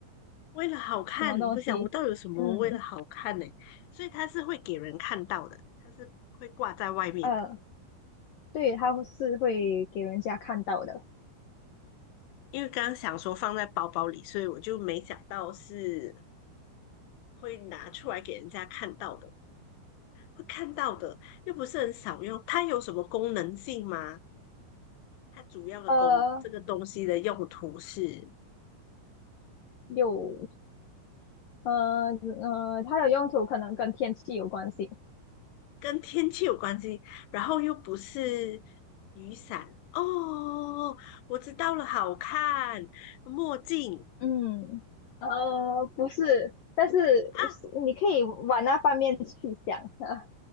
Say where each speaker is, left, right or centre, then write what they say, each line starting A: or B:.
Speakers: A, on the left; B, on the left.
A: 为了好看，
B: 什么东西，
A: 不想不到有什么为了好看呢、
B: 嗯，
A: 所以它是会给人看到的，它是会挂在外面的。
B: 呃。对，它是会给人家看到的。
A: 因为刚刚想说放在包包里，所以我就没想到是会拿出来给人家看到的，会看到的，又不是很少用。它有什么功能性吗？它主要的功，
B: 呃，
A: 这个东西的用途是
B: 有，呃呃，它的用途可能跟天气有关系。
A: 跟天气有关系，然后又不是雨伞哦，我知道了，好看，墨镜
B: 嗯，呃，不是，但是
A: 啊，
B: 是你可以往那方面去想啊。